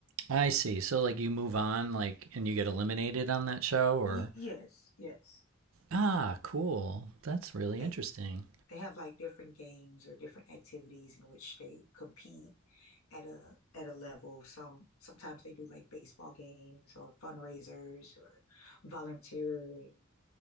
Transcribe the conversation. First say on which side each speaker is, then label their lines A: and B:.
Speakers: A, on the right; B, on the left.
A: I see. So like you move on, like, and you get eliminated on that show, or
B: Y yes, yes.
A: ah, cool. That's really
B: They
A: interesting.
B: they have like different games or different activities in which they compete at a at a level. Some sometimes they do like baseball games or fundraisers or volunteering.